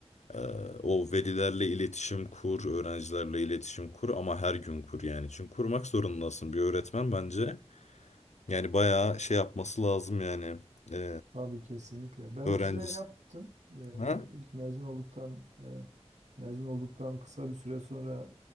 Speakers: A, on the left (about 85°); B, on the right (about 90°).
A: e, o velilerle iletişim kur, öğrencilerle iletişim kur ama her gün kur yani. Çünkü kurmak zorundasın bir öğretmen bence. Yani bayağı şey yapması lazım yani. E,
B: Tabii kesinlikle. Ben
A: öğrencisi.
B: bir süre yaptım. Eee
A: Ha?
B: ilk mezun olduktan eee, mezun olduktan kısa bir süre sonra m,